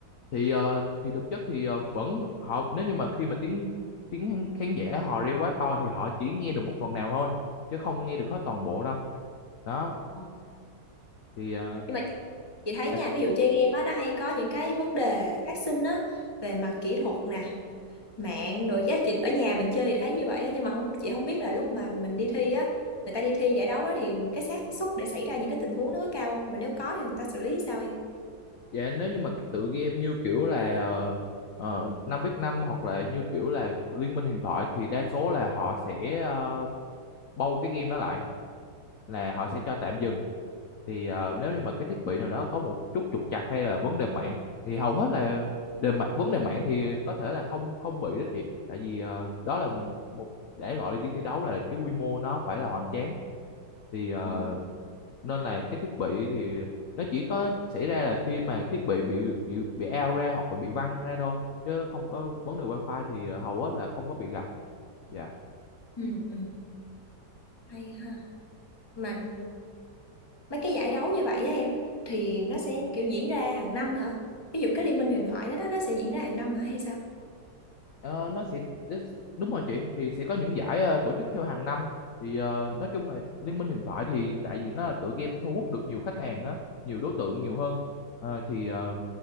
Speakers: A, on the left (about 60°); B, on the left (about 15°).
A: thì ờ, thì thực chất thì ờ, vẫn họ nếu như mà khi mà tiếng tiếng khán khán giả họ reo quá to thì họ chỉ nghe được một phần nào thôi chứ không nghe được hết toàn bộ đâu đó
B: Ờ.
A: thì ờ,
B: nhưng mà chị thấy
A: dạ
B: nha
A: chị-
B: ví dụ chơi game á nó hay có những cái vấn đề phát sinh á về mặt kỹ thuật nè mạng rồi giá chị ở nhà mình chơi thì thấy như vậy á nhưng mà không chị không biết là lúc mà mình đi thi á người ta đi thi giải đấu đó thì cái xác suất để xảy ra những cái tình huống nó có cao không mà nếu có thì người ta xử lý sao em
A: dạ, nếu như mà các tựa game như kiểu là uh, 5v5 hoặc là như kiểu là Liên minh huyền thoại thì đa số là họ sẽ ờ, bâu cái game đó lại là họ sẽ cho tạm dừng thì ờ, nếu như mà cái thiết bị nào đó có một chút trục trặc hay là vấn đề mạng thì hầu hết là đề mạng vấn đề mạng thì có thể là không không bị đó chị tại vì ờ, đó là một để gọi đi thi đấu là cái quy mô nó phải là hoành tráng thì ờ,
B: Ừ.
A: nên là cái thiết bị thì nó chỉ có xảy ra là khi mà thiết bị bị bị bị out ra hoặc là bị văng ra thôi chứ không có vấn đề wifi thì ờ, hầu hết là không có bị gặp dạ
B: ừ, ừ. hay ha mà mấy cái giải đấu như vậy á em thì nó sẽ kiểu diễn ra hàng năm hả ví dụ cái liên minh huyền thoại đó, đó nó sẽ diễn ra hàng năm hả hay sao
A: Ờ, nó sẽ đúng rồi chị thì sẽ có những giải ờ, tổ chức theo hàng năm thì ờ, nói chung là Liên minh huyền thoại thì tại vì nó là tựa game thu hút được nhiều khách hàng á nhiều đối tượng nhiều hơn Ờ, thì ờ,